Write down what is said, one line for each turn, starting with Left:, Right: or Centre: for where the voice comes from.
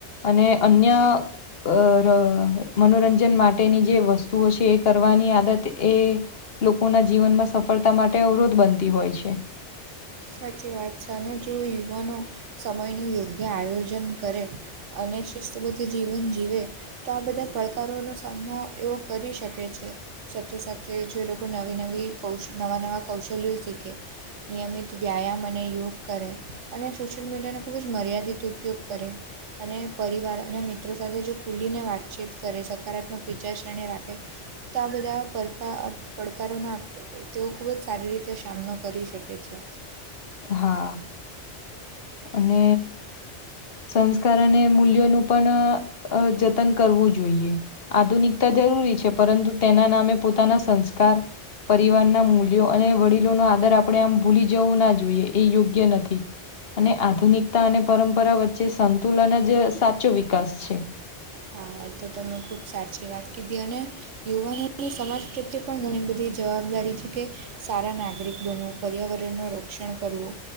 Left: અને અન્ય <unintelligible> મનોરંજન માટેની જે વસ્તુઓ છે કરવાની આદત એ લોકોના જીવનમાં સફળ સફળતા માટે અવરોધ બનતી હોય
Right: સાચી વાત છે અને જો યુવાનો સમયનું યોગ્ય આયોજન કરે અને શિસ્તબદ્ધ જીવન જીવે તો આ બધા પડકારોનો સામનો એવો કરી શકે છે સાથે સાથે જે લોકો નવી નવી કૌશલ નવા નવા કૌશલ્યો શીખે નિયમિત વ્યાયામ અને યોગ કરે અને સોશિયલ મીડિયાનો ખૂબ જ મર્યાદિત ઉપયોગ કરે અને પરિવાર અને મિત્રો સાથે જો ખુલીને વાતચીત કરે સકારાત્મક વિચારસરણી રાખે તો આ બધા પડ પડકારોનો તેઓ ખૂબ જ સારી રીતે સામનો કરી શકે છે
Left: હા અને સંસ્કાર અને મૂલ્યોનું પણ અ જતન કરવું જોઈએ આધુનિકતા જરૂરી છે પરંતુ તેના નામે પોતાના સંસ્કાર પરિવાર ના મૂલ્યો અને વડીલો ન આદર આપડે આમ ભૂલી જવું ના જોઈએ એ યોગ્ય નથી અને આધુનિકતા અને પરંપરા વચ્ચે સંતુલન જ સાચો વિકાસ છે
Right: હા એ તો તમે ખુબ સાચી વાત કીધી અને યુવાનોની સમાજ પ્રત્યે પણ ઘણી બધી જવાબદારી છે કે સારા નાગરિક બનવું પર્યાવરણનું રક્ષણ કરવું